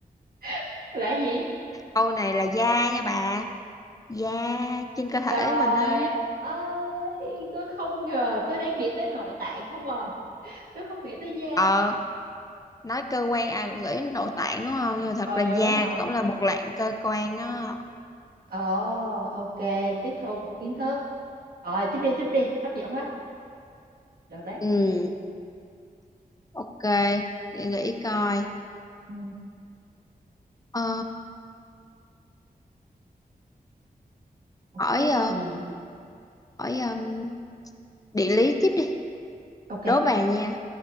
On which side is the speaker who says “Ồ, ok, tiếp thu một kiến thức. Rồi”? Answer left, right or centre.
Right